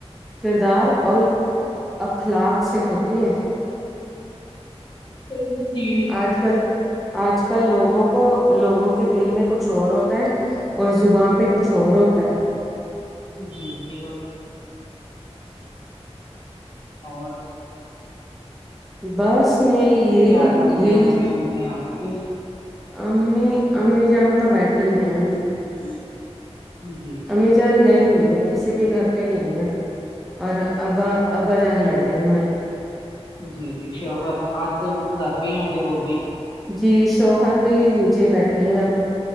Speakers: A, in the centre; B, on the left.
A: کردار اور اخلاق سے ہوتی ہے
B: تو ان کی
A: آج کل آج کل لوگوں کو لوگوں کے دل میں کچھ اور ہوتا ہے اور زبان پہ کچھ اور ہوتا ہے
B: جی جی اور اور
A: بس میں یہی
B: کیا کر
A: یہی
B: رہی امی امی آپ کی
A: امی امی جان تو بیٹھے ہی ہیں
B: جی جی
A: امی جان گئی ہوئی ہیں کسی کے گھر پہ گئی ہیں اور ابا ابا جان بیٹھے ہوے ہے
B: جی جی شوہر آج تو گھر پہ ہی ہوں گے وہ بھی
A: جی شوہر بھی نیچے بیٹھے ہیں ابھی